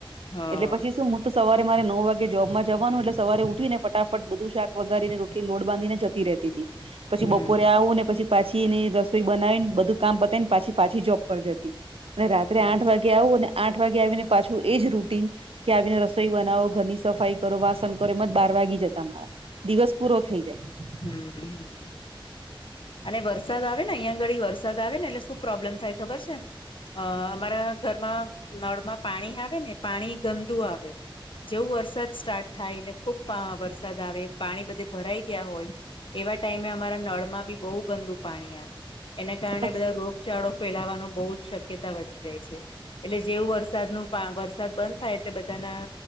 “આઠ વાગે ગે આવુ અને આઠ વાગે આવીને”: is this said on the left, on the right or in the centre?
Right